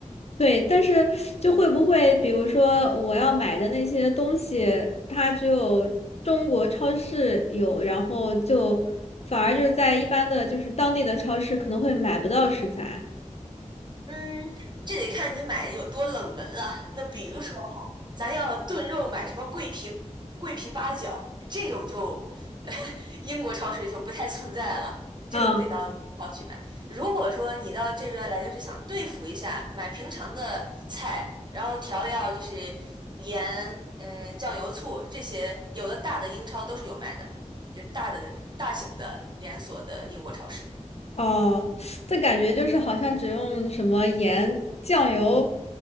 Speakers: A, on the left (about 55°); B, on the right (about 35°).
A: 对，但是就会不会，比如说我要买的那些东西，它只有中国超市有，然后就反而就是在一般的就是当地的超市可能会买不到食材
B: 嗯，这得看你买的有多冷门了。那比如说哈，咱要炖肉买什么桂皮、桂皮八角这种就，<laughs> 英国超市就不太存在了，这种得到超去买。
A: 啊，
B: 如果说你到这边来就是想对付一下，买平常的菜，然后调料就是盐、嗯、酱油、醋这些，有的大的英超都是有卖的，就大的大型的连锁的英国超市。
A: 哦，这感觉就是好像只用什么盐、酱油，